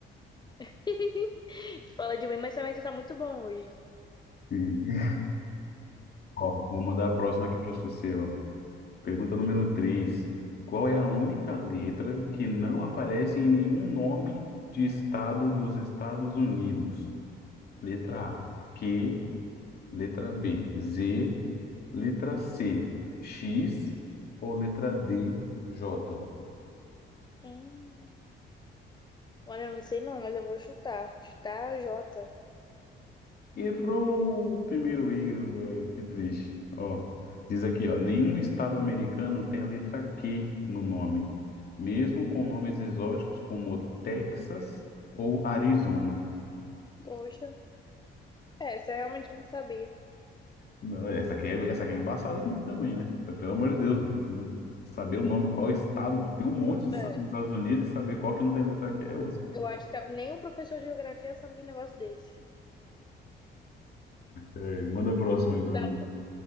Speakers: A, on the left (about 20°); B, on the left (about 50°).
A: <laughs> tu fala de mim, mas também tu tá muito bom hoje.
B: né? Ó, vou mandar a próxima aqui para você, ó. Pergunta número 3: Qual é a única letra que não aparece em nenhum nome de estado dos Estados Unidos? Letra
A: Meu Deus.
B: A, Q, letra B, Z, letra C, X ou letra D, J?
A: Hum. Olha, eu não sei não, mas eu vou chutar. Chutar J.
B: Errou o primeiro erro, ai, que triste. Ó, diz aqui, ó, nenhum estado americano tem a letra Q no nome, mesmo com nomes exóticos como Texas ou Arizona.
A: Poxa, é, essa eu realmente não sabia.
B: Não, Essa aqui é, essa aqui é embaçada mesmo também, né? Pelo amor de Deus, saber o nome, qual estado, tem um monte de estados
A: É,
B: nos Estados Unidos e saber qual que não tem letra Q é osso.
A: eu acho que nem o professor de geografia sabe de um negócio desse.
B: É, manda a próxima aí pra
A: Tá.
B: mim.